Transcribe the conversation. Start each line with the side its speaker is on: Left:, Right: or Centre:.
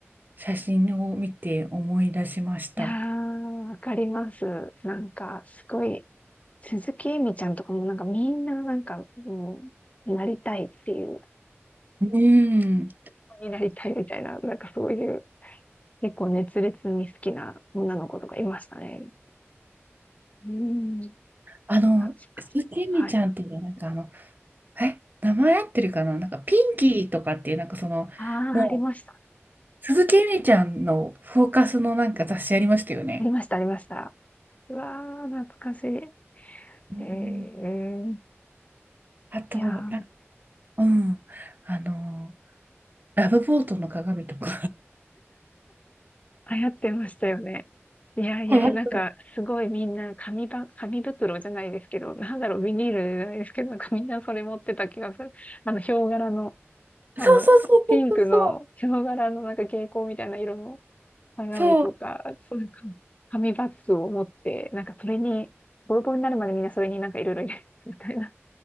Right: 写真を見て思い出しました。
Left: いやー、わかります。なんか、すごい、鈴木えみちゃんとかもなんかみんななんか、もう、なりたいっていう、
Right: うん。
Left: になりたいみたいな、なんかそういう、結構熱烈に好きな女の子とかいましたね。うん、
Right: あの、
Left: 確かしいはい。
Right: スキミちゃんっていうのはなんかあの、え、名前合ってるかななんかピンキーとかっていうなんかその、
Left: ああ、
Right: もう、
Left: ありました。
Right: 鈴木えみちゃんのフォーカスのなんか雑誌ありましたよね。
Left: ありました、ありました。うわー、懐かしい。
Right: うん
Left: えー、
Right: あと、
Left: いやー、
Right: なうん、あの、ラブボートの鏡とか。
Left: 流行ってましたよね。いやいや、
Right: 流行
Left: なんか、すごいみんな紙ば、紙袋じゃないですけど、なんだろう、ビニールじゃないですけど、なんかみんなそれ持ってた気がする。あの、ヒョウ柄の、あの、
Right: そうそうそうそうそうそう。
Left: ピンクのヒョウ柄のなんか蛍光みたいな色の鏡とか、
Right: そう、
Left: そういうか紙バッグを持って、なんかそれに、ボロボロになるまでみんなそれになんかいろいろ入れてみたいな。